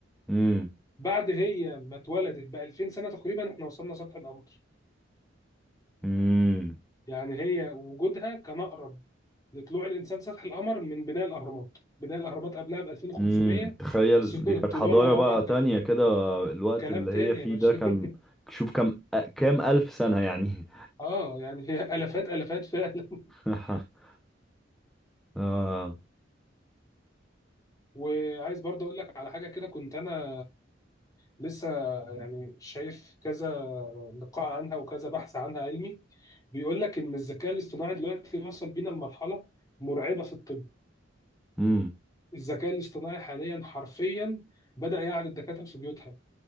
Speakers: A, in the centre; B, on the left (about 20°).
A: مم.
B: بعد هي ما اتولدت ب 2000 سنة تقريبا احنا وصلنا سطح القمر
A: مم.
B: يعني هي وجودها كان أقرب لطلوع الانسان سطح القمر من بناء الاهرامات بناء الاهرامات قبلها ب 2500
A: امم تخيل
B: <laughs>
A: دي كانت
B: طلوعنا
A: حضارة
B: القمر
A: بقى تانية
B: كان
A: كده الوقت
B: كلام
A: اللي
B: تاني
A: هي فيه
B: يا باشا
A: ده كان
B: <laughs>
A: شوف كام كام ألف سنة يعني
B: اه يعني هي الافات الافات فعلا
A: <laughs> آه.
B: وعايز برضه اقول لك على حاجه كده كنت انا لسه يعني شايف كذا لقاء عنها وكذا بحث عنها علمي بيقول لك ان الذكاء الاصطناعي دلوقتي وصل بينا لمرحله مرعبه في الطب
A: امم
B: الذكاء الاصطناعي حاليا حرفيا بدأ يعرض الدكاتره في بيوتها